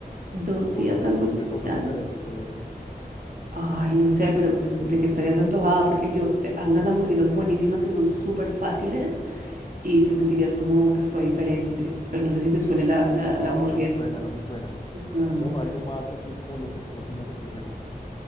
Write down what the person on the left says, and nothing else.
Dos días,
de cosas diferentes, obviamente. <laughs>
No,
no me suena, no me suena.
Quiero algo más así como lo que tú cocinas así rico.